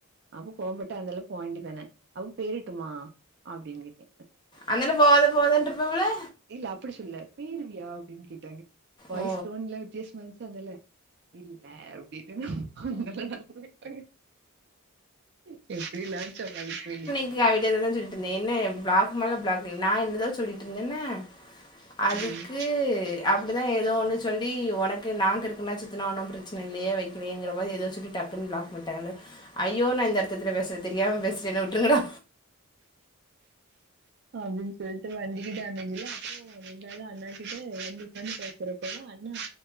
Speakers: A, on the right; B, on the left.
A: அப்ப கோவபட்டா அந்தில்ல போவேண்டி தான அவ பேய்டுமா அப்டின்னு கிட்ட
B: அதலா போவாத போவாதண்டுருபாங்கலே
A: இல்ல அப்டி சொல்லல பேய்ருவியா அப்டினு கேட்டாங்க வாய்ஸ்
B: ஓ!
A: டோன் லா வித்யாசமா இருந்துச்சுல அந்தால இல்ல அப்டினு உங்களால நா போறன்டாங்க சேரி சேரி லன்ச் ஹவர்ல பேசறடி
B: இல்ல அவட்ட ஐடியா தா சொல்லிட்யிருந்தே என்ன பிளாக் மேல பிளாக் நா இந்த தட சொல்லிட்டு இருந்தன்னா அதுக்கு
A: ம்
B: அப்டிதா ஏதோ ஒன்னு சொல்லி உனக்கு நா கிருக்கு மாதிரி சுத்துனா ஒன்னு பிரச்சன இல்லயே வைக்கலயேங்கற மாறி ஏதோ சொல்லி டக் பிளாக் பண்ட்டாங்கன்னு ஐயோ நா இந்த அர்த்தத்துல பேசல தெரியாம பேசிட்டே என்ன வுட்ருங்கடா
A: அப்டின்ட்டு சொல்ட்டு வண்டிக்கு டெமேஜ் இல்ல அப்றோ ரெண்டாது அண்ணா கிட்ட வந்து வுக்காந்து பேசுறே அப்பதா அண்ணா